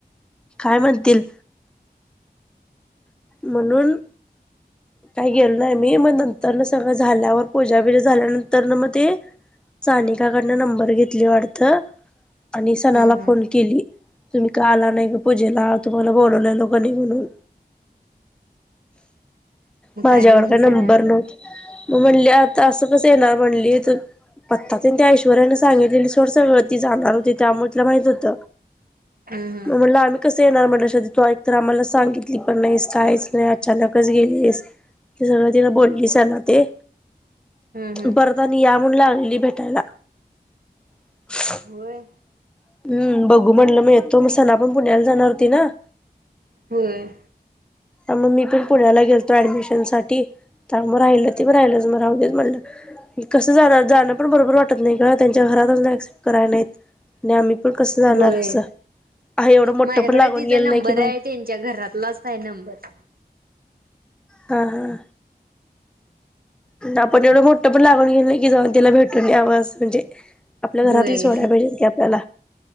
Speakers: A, in the centre; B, on the right (about 65°).
A: काय म्हणतील म्हणून काही गेलो नाही मी मग नंतर न सगळं झाल्यावर पूजा बजा झाल्यानंतर न मग ते सानिकाकडनं नंबर घेतली वाढत आणि सणाला
B: ह ह
A: फोन केली तुम्ही का आला नाही का पूजेला तुम्हाला बोलवले लोकांनी म्हणून
B: मग
A: माझ्यावर
B: म्हटलीस
A: काय नंबर
B: ना
A: नवत मग म्हणली आता असं कस येणार म्हणली तर पत्ता त्यां त्या ऐश्वर्याने सांगितलेली सडसळ वळती जाणार होती त्यामुळे तलं माहित होत
B: ह ह
A: म्हटलं आम्ही कसं येणार म्हट श तो एक तर आम्हाला सांगितली पण नाही कायच नाही अचानकच गेलीस ते सगळं तिला बोललीस ना ते
B: ह ह
A: बरदानी या म्हण लागलेली भेटायला <inaudible>
B: होय
A: हम्म बघू म्हटलं म य तो म सना आपण पुण्याला जाणार होती ना
B: होम
A: मग मी पण पुण्याला गेलतो ऍडमिशन साठी ां मग राहिलं ते मग राहिलंच मग राहलीच म्हणलं कसं जाणार जाणं पण बरोबर वाटत नाही का त्यांच्या घर क्सेप कराय नाहीत आणि आम्ही पण कसं जाणार
B: होय
A: असं आहे एवढं मोठं
B: माझ्याकडे
A: पण लागून
B: तिचा
A: गेलं
B: नंबर
A: नाही की बा
B: आहे त्यांच्या घरातलाच आहे नंबर
A: हा हा. आपण एवढं मोठं पण लागून घेल ना की जाऊन तिला भेटून यावं असं म्हणजे आपल्या
B: होय
A: घरातली सोड्या भेटत की आपल्याला.